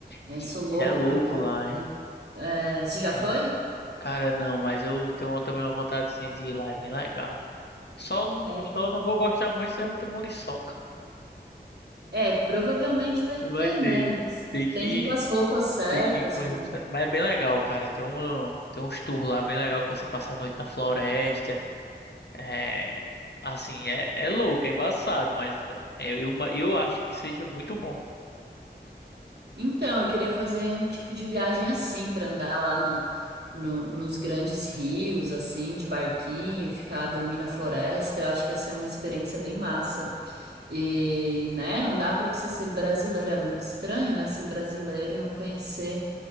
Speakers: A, on the right (about 70°); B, on the left (about 70°).
A: É,
B: Ih,
A: sou louca
B: é louco
A: para conhecer.
B: lá, hein?
A: É, você já
B: É,
A: foi?
B: um- cara, não, mas eu tenho também uma vontadezinha de ir lá, é bem legal. Só, não-
A: É,
B: só não vou gostar muito se é muita muriçoca.
A: é, provavelmente vai
B: Vai
A: ter,
B: ter.
A: né? Mas
B: Tem que,
A: tem que ir com as roupas certas.
B: tem que ir com
A: Com...
B: as roupas. Mas é bem legal, cara. Tem um, tem uns tours lá bem legal que você passa a noite na floresta. É, assim, é, é louco, é embaçado, mas é, eu, eu acho que seja muito bom.
A: Então, eu queria fazer um tipo de viagem assim, para andar lá na, no- nos grandes rios, assim, de barquinho, ficar dormir na floresta. Eu acho que ia ser uma experiência bem massa. E, né, não dá para você ser brasileiro, é muito estranho, né, ser brasileiro e não conhecer